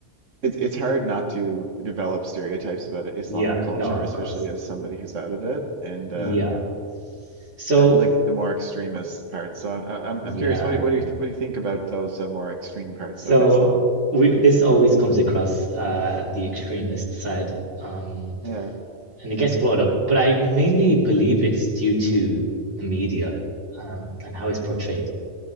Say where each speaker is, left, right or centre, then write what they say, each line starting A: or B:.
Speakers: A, on the right (about 80°); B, on the right (about 70°).
A: it's it's hard not to develop stereotypes about Islamic
B: Yeah,
A: culture,
B: no, of
A: especially
B: course.
A: as somebody who's out of it. And
B: Yeah.
A: um,
B: So,
A: uh, like the more extremist parts. So I, I'm
B: yeah,
A: I'm curious, what do you, what
B: yeah.
A: do you what do you think about those uh, more extreme parts
B: So
A: of Islam?
B: we this always comes across uh the extremist side um
A: Yeah.
B: and it gets brought up, but I mainly believe it's due to the media um and how it's portrayed.
A: Mm,